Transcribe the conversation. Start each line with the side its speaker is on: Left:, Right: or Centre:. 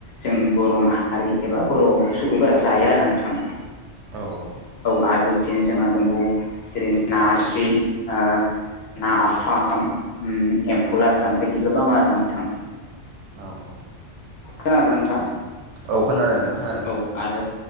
Left: जों बर' माहारि एबा बर' सुबुंफोरा जायो आरोना नोंथां।
Right: औ औ।
Left: औ आरो बिब्दिनो जोंहा दंबावो जेरै नारजि ओ नाफाम उम एम्फौ लाथा <unintelligible> गोबां आरोना नोंथां।
Right: औ औ।
Left: खोनादोंना नोंथां?
Right: औ खोनादों नोंथां। खोनादों
Left: औ आरो